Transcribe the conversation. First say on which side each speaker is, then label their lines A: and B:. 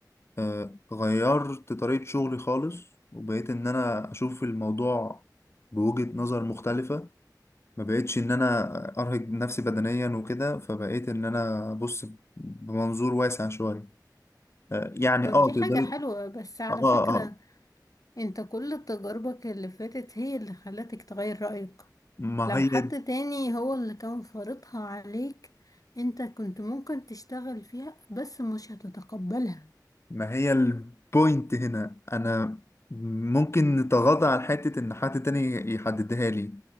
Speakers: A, on the left; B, on the left.
A: آه، غيرت طريقة شغلي خالص وبقيت ان انا اشوف الموضوع بوجهة نظر مختلفة ما بقيتش ان انا ارهق نفسي بدنيا وكده فبقيت ان انا ابص بمنظور واسع شوية آه، يعني
B: طب
A: اه
B: دي
A: تقدر
B: حاجة حلوة بس على
A: اه
B: فكرة
A: اه
B: انت كل تجاربك اللي فاتت هي اللي خلتك تغير رأيك
A: ما
B: لو
A: هي
B: حد تاني هو اللي كان فرضها عليك انت كنت ممكن تشتغل فيها بس مش هتتقبلها
A: ما هي البوينت هنا انا ممكن نتغاضى عن حتة ان حد تاني يحددها لي